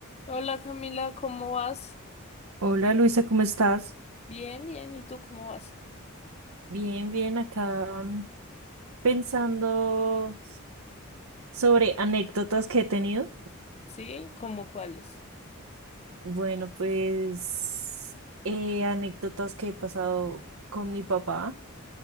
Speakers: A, on the left; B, on the right.
A: Hola Camila, ¿cómo vas?
B: Hola Luisa, ¿cómo estás?
A: Bien, bien. ¿Y tú cómo vas?
B: Bien, bien, acá mm, pensando sobre anécdotas que he tenido.
A: Sí, ¿cómo cuáles?
B: Bueno, pues eh, anécdotas que he pasado con mi papá.